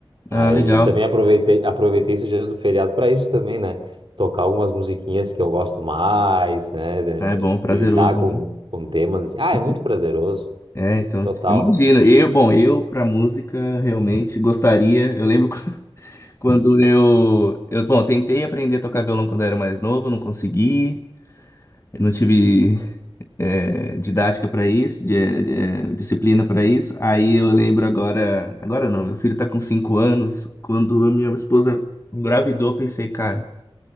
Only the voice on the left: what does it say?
Ah, legal.
Ah,
é bom, prazeroso,
né?
E
que-
É, então,
imagina. Eu, bom, eu pra música realmente gostaria. Eu lembro <laughs> quando eu, eu, bom, tentei aprender a tocar violão quando eu era mais novo, não consegui. Eu não tive é, didática para isso, de- de- é, disciplina para isso. Aí eu lembro agora, agora não, meu filho tá com cinco anos. Quando a minha esposa engravidou, eu pensei, cara,